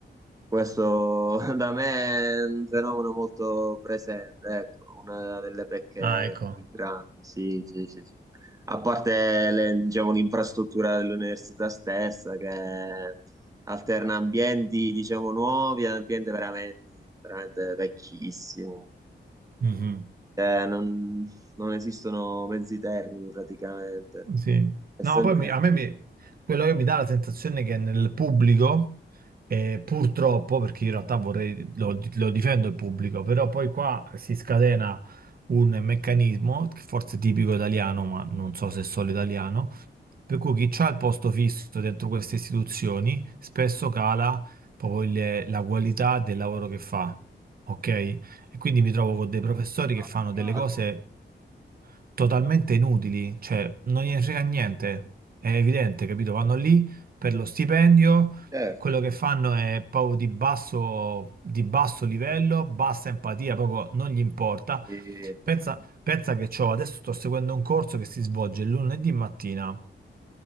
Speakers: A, on the right (about 20°); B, on the right (about 50°).
A: questo <laughs> da me è un fenomeno molto presente, ecco, una delle pecche
B: ah, ecco.
A: più grandi, sì, sì, sì, sì. A parte le- diciamo, l'infrastruttura dell'università stessa che alterna ambienti, diciamo, nuovi e ambienti veramente, veramente vecchissimi.
B: Mhm.
A: Eh, non, non esistono mezzi termini praticamente.
B: Sì.
A: È
B: No,
A: sempre...
B: poi mi- a me mi- quello che mi dà la sensazione è che nel pubblico, eh, purtroppo, perché in realtà vorrei, lo, lo difendo il pubblico, però poi qua si scatena un meccanismo, che forse è tipico italiano, ma non so se è solo italiano, per cui chi c'ha il posto fisso dentro queste istituzioni spesso cala proprio il- la qualità del lavoro che fa, ok? E quindi mi trovo con dei professori che
A: Appagato.
B: fanno delle cose totalmente inutili, cioè non gliene frega niente, è evidente, capito? Vanno lì per lo stipendio,
A: Certo.
B: quello che fanno è proprio di basso, di basso livello, bassa empatia, proprio non gli importa.
A: Eh,
B: Pensa, pensa che c'ho, adesso sto seguendo un corso che si svolge lunedì mattina